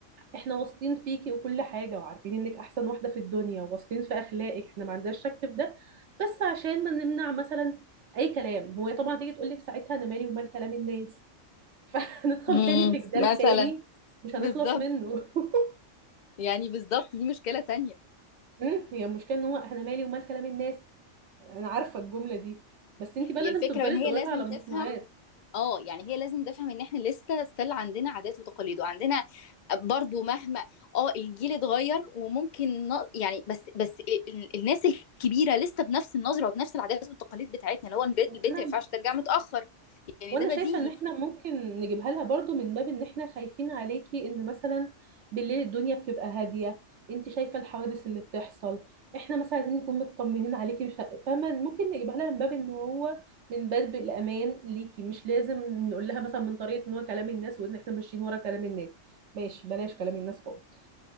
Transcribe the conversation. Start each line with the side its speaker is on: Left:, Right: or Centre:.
Right: احنا واثقين فيكي وكل حاجه وعارفين انك احسن واحده في الدنيا وواثقين في اخلاقك احنا ما عندناش شك في ده بس عشان ما نمنع مثلا اي كلام هو طبعا تيجي تقول لك ساعتها انا مالي ومال كلام الناس <laughs> فهندخل
Left: امم
Right: تاني في جدال
Left: مثلا
Right: تاني مش هنخلص
Left: بالظبط
Right: منه <laughs>
Left: يعني بالظبط دي مشكلة تانية
Right: مم، هي المشكله ان هو احنا مالي ومال كلام الناس انا عارفه الجمله دي بس انت بقى
Left: هي
Right: لازم
Left: الفكرة
Right: تفضلي
Left: ان هي
Right: تدوري
Left: لازم
Right: لها على مقنعات
Left: تفهم اه يعني هي لازم تفهم ان احنا لسه ستيل عندنا عادات وتقاليد وعندنا برضو مهما اه الجيل اتغير وممكن ن... يعني بس بس ال- الناس الكبيرة لسه بنفس النظرة وبنفس العادات والتقاليد بتاعتنا اللي هو البنت
Right: وانا
Left: البنت ما ينفعش ترجع متأخر يعني
Right: وانا
Left: ده بديهي
Right: شايفه ان احنا ممكن نجيبها لها برضو من باب ان احنا خايفين عليكي ان مثلا بالليل الدنيا بتبقى هاديه انت شايفه الحوادث اللي بتحصل احنا مثلا عايزين نكون مطمنين عليكي مش ه- فاهمه ممكن نجيبها لها من باب ان هو من باب الامان ليكي مش لازم نقول لها مثلا من طريقه ان هو كلام الناس وان احنا ماشيين ورا كلام الناس ماشي بلاش كلام الناس خالص